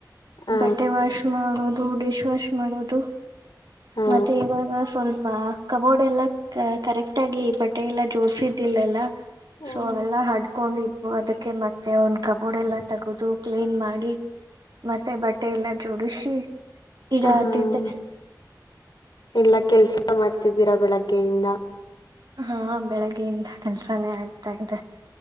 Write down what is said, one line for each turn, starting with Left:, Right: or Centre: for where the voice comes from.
Left: ಹ
Right: ಬಟ್ಟೆ ವಾಶ್ ಮಾಡೋದು ಡಿಶ್ ವಾಶ್ ಮಾಡೋದು
Left: ಹಾ
Right: ಮತ್ತೆ ಇವಾಗ ಸ್ವಲ್ಪ ಕಬೋರ್ಡ್ ಎಲ್ಲ ಕರೆಕ್ಟ್ ಆಗಿ ಬಟ್ಟೆ ಎಲ್ಲಾ ಜೋಡ್ಸಿದ್ದಿಲ್ಲಲ್ಲ
Left: ಹ್ಮ್
Right: ಸೊ ಅವೆಲ್ಲಾ ಹಡ್ಕೊಂಡಿದ್ವು ಅದಕ್ಕೆ ಕೆ ಮತ್ತೆ ಒಂದ್ ಕಬೋರ್ಡ್ ಎಲ್ಲ ತಗೋದು ಕ್ಲೀನ್ ಮಾಡಿ ಮತ್ತೆ ಬಟ್ಟೆ ಎಲ್ಲ ಜೋಡಿಸಿ. ಇಡಾತಿದ್ದೆ
Left: ಹ ಹ ಎಲ್ಲಾ ಕೆಲ್ಸ ಮಾಡ್ತಿದ್ದೀರಾ ಬೆಳಗ್ಗೆಯಿಂದ.
Right: ಹಾ ಬೆಳಗ್ಗೆಯಿಂದ ಕೆಲ್ಸಾನೇ ಆಗ್ತಾ ಇದೆ.